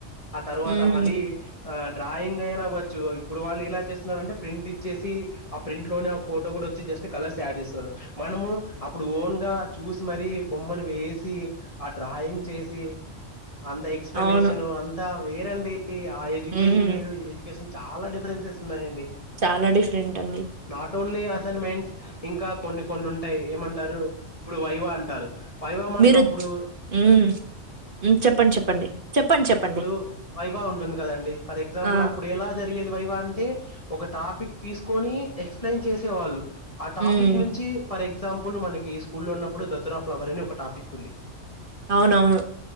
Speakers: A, on the left; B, on the right.
A: ఆ తర్వాత
B: ఉమ్,
A: మళ్ళీ ఆ డ్రాయింగైన అవ్వచ్చు ఇప్పుడు వాళ్ళు ఎలా చేస్తున్నారంటే ప్రింట్ ఇచ్చేసి ఆ ప్రింట్లోనే ఆ ఫోటో ఇప్పుడొచ్చి జస్ట్ కలర్స్ యాడ్ చేస్తున్నరు మనము అప్పుడు ఓన్ గా చూసి మరీ బొమ్మను వేసి ఆ డ్రాయింగ్ చేసి అంత ఎక్స్ప్లనేషన్
B: అవును
A: అంతా వేరండి ఆ ఎడ్యుకేషన్
B: ఉమ్,
A: వేరు ఈ ఎడ్యుకేషన్ చాలా డిఫరెన్సెస్ ఉన్నాయండి
B: చాలా డిఫరెంటండి
A: నాట్ ఓన్లీ అసైన్మెంట్స్ ఇంకా కొన్ని కొన్ని ఉంటాయి ఏమంటారు ఇప్పుడు వైవా అంటారు వైవా మనకు
B: మీరు
A: అప్పుడు
B: ఉమ్, ఉమ్ చెప్పండి చెప్పండి చెప్పండి చెప్పండి
A: ఇప్పుడు వైవా ఉంటుంది కదండి ఫర్ ఎగ్జాంపుల్
B: ఆ
A: అప్పుడు ఎలా జరిగేది వైవా అంటే ఒక టాపిక్ తీసుకొని ఎక్స్ప్లెయిన్ చేసేవాళ్ళు ఆ టాపిక్
B: ఉమ్
A: నుంచి ఫర్ ఎగ్జ అ ఎగ్జాంపుల్ మనకి స్కూల్లో ఉన్నప్పుడు దత్తూరా ఫ్లవర్ అని ఒక టాపిక్ ఉంది
B: అవునవును